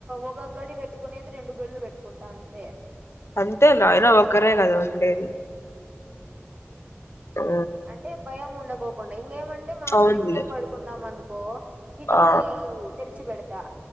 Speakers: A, on the right; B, on the left.
A: ఒక గది పెట్టుకునేది రెండు గడ్లు పెట్టుకుంటా అంతే
B: అంతే అయినా ఒకరే కదా ఉండేది
A: ఉ
B: ఆ
A: అంటే భయం ఉండకో కుండా ఇంకేమంటే మామూలుగ
B: అవునులే
A: ఇద్దరం పడుకున్నాం అనుకో కిటికీ
B: ఆ
A: తెరిచి పెడుతా